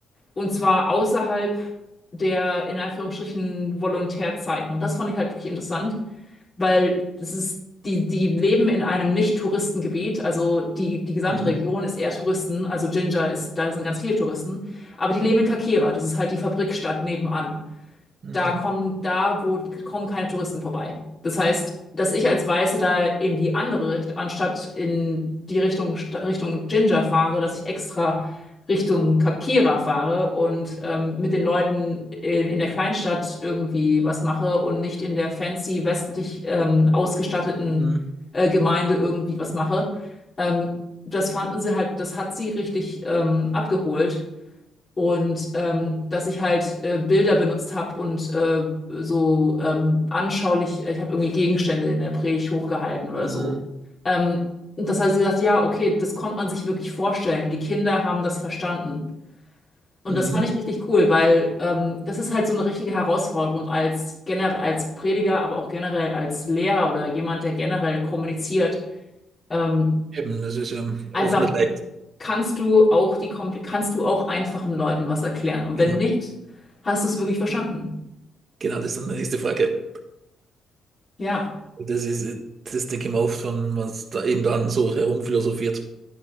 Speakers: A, on the left; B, on the right.
A: und zwar außerhalb der in Anführungsstrichen Volontärzeiten. Und das fand ich halt wirklich interessant, weil das ist, die, die leben in einem Nicht-Touristengebiet, also die, die gesamte
B: Mhm.
A: Region ist eher Touristen, also Jinja ist, da sind ganz viele Touristen, aber die leben in Kakira, das ist halt die Fabrikstadt nebenan
B: Mhm.
A: da kommen, da wo kommen keine Touristen vorbei. Das heißt, dass ich als Weiße da in die andere Richtung, anstatt in die Richtung, St- Richtung Jinja fahre, dass ich extra Richtung Kakira fahre und ähm, mit den Leuten in, in der Kleinstadt irgendwie was mache und nicht in der fancy westlich ähm, ausgestatteten
B: Mhm.
A: äh, Gemeinde irgendwie was mache. Ähm, das fanden sie halt, das hat sie richtig ähm, abgeholt und ähm, dass ich halt äh, Bilder benutzt habe und äh, so ähm, anschaulich, äh, ich habe irgendwie Gegenstände in der Predigt hochgehalten oder
B: Mhm.
A: so. Ähm, und das hat sie gesagt, ja, okay, das konnte man sich wirklich vorstellen. Die Kinder haben das verstanden. Und
B: Mhm.
A: das fand ich richtig cool, weil ähm, das ist halt so eine richtige Herausforderung als generell als Prediger, aber auch generell als Lehrer oder jemand, der generell kommuniziert. Ähm,
B: Eben, das ist ja
A: Einfach
B: oft nicht leicht.
A: kannst du auch die kompl kannst du auch einfachen Leuten was erklären. Und
B: Genau.
A: wenn nicht, hast du es wirklich verstanden.
B: Genau, das ist dann die nächste Frage.
A: Ja,
B: Das ist, das denke ich mir oft, wenn man da eben dann so herumphilosophiert,